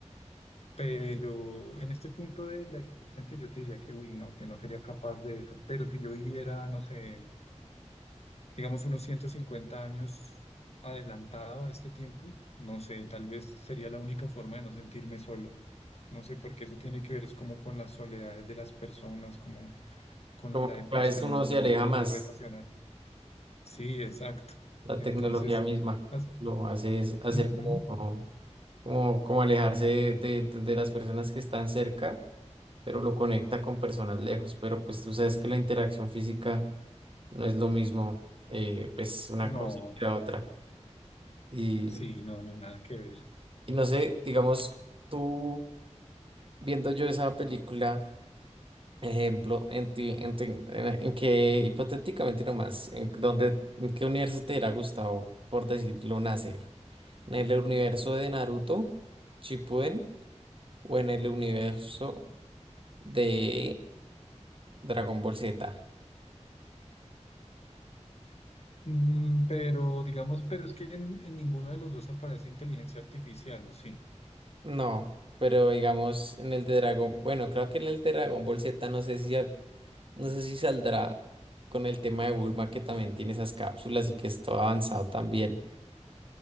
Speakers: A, on the left; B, on the right.
A: Pero en este punto de la existencia yo te diría que, uy, no, que no sería capaz de eso. Pero si yo viviera, no sé, digamos unos 150 años adelantado a este tiempo, no sé, tal vez sería la única forma de no sentirme solo. No sé, porque eso tiene que ver es como con las soledades de las personas, como con
B: Como
A: la
B: que
A: depresión,
B: cada vez uno
A: con
B: se aleja
A: no poder
B: más.
A: relacionar. Sí, exacto.
B: La
A: Entonces,
B: tecnología misma
A: las-
B: lo hace es hacer
A: ujú.
B: como, como, como alejarse de, de- de las personas que están cerca, pero lo conecta con personas lejos. Pero pues tú sabes que la interacción física no es lo mismo, eh, pues una
A: No,
B: cosa que la otra. Y,
A: sí, no, no, nada que ver.
B: y no sé, digamos, tú viendo yo esa película, ejemplo, en, ti- en, ti- en, en que hipotéticamente nomás, en dónde, en qué universo te hubiera gustado, por decirlo, nacer. ¿En el universo de Naruto, Shippuden o en el universo de Dragon Ball Z?
A: Mm, pero digamos, pero es que en, en ninguno de los dos aparece inteligencia artificial, ¿o sí?
B: No, pero digamos en el de Dragon, bueno, creo que en el de Dragon Ball Z no sé si ya- no sé si saldrá con el tema de Bulma que también tiene esas cápsulas y que es todo avanzado también.